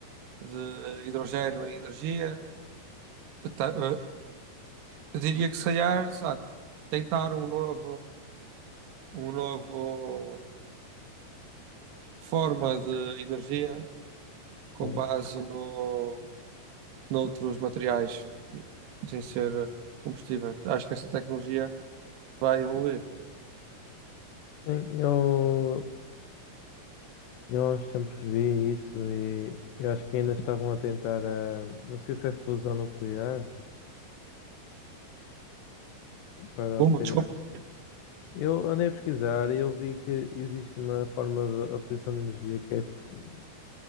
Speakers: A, on the right (about 80°); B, on the left (about 85°).
A: de hidrogênio em energia. eh, Eu diria que se calhar ah, tentar um novo, um novo forma de energia
B: Ok.
A: com base no, noutros materiais sem ser combustível. Acho que essa tecnologia vai evoluir.
B: Sim, eu, eu há uns tempos vi isso e eu acho que ainda estavam a tentar, a, não sei se é fusão nuclear para
A: Como?
B: obter.
A: Desculpa.
B: Eu andei a pesquisar e eu vi que existe uma forma de obtenção de energia que é fu-